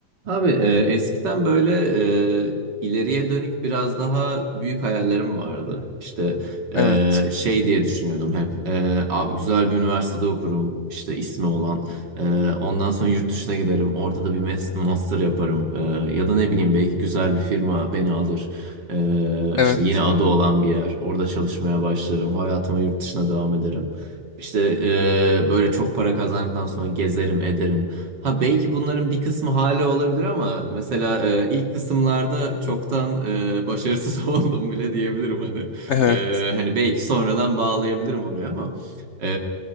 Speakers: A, on the right; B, on the left.
A: Abi e, eskiden böyle e, ileriye dönük biraz daha büyük hayallerim vardı. İşte e,
B: Evet,
A: şey diye düşünüyordum hep. E, abi güzel bir üniversitede okurum. işte ismi olan. E, ondan sonra yurt dışına giderim. Orada da bir mes- master yaparım. E, ya da ne bileyim belki güzel bir firma beni alır. E,
B: evet,
A: işte yeni adı olan bir yer. Orada çalışmaya başlarım. Hayatıma yurt dışına devam ederim. İşte e, böyle çok para kazandıktan sonra gezerim, ederim. Ha belki bunların bir kısmı hala olabilir ama mesela e, ilk kısımlarda çoktan e, başarısız <laughs> oldum bile diyebilirim hani.
B: evet,
A: E, hani belki sonradan bağlayabilirim oraya ama e,